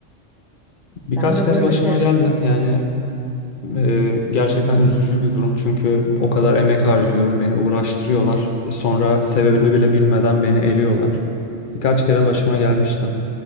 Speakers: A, in the centre; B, on the left (about 50°).
A: Sende
B: Birkaç kez
A: böyle
B: başıma
A: şeyler.
B: geldi. Yani e, gerçekten üzücü bir durum çünkü o kadar emek harcıyorum, beni uğraştırıyorlar. Sonra sebebini bile bilmeden beni eliyorlar. Birkaç kere başıma gelmişti.